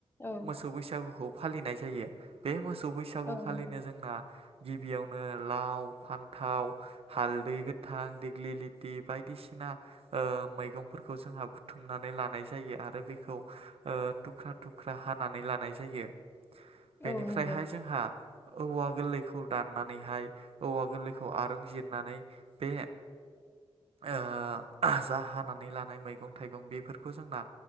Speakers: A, on the left (about 20°); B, on the right (about 70°).
A: औ
B: मोसौ बैसागुखौ फालिनाय जायो बे मोसौ बैसागुखालिनो
A: औ नंगौ
B: जोंना गिबियावनो लाव फान्थाव हालदै गोथां देग्लि लेथि बायदिसिना ओ मैगंफोरखौ जोंहा बुथुमनानै लानाय जायो आरो बेखौ ओ थुख्रा थुख्रा हानानै लानाय जायो। बेनिफ्रायहाय
A: औ नंगौ
B: जोंहा औवा गोरलैखौ दाननानैहाय औवा गोरलैखौ आरुंजिरनानै बे ओ जा हानानै लानाय मैगं-थाइगं बेफोरखौ जोंना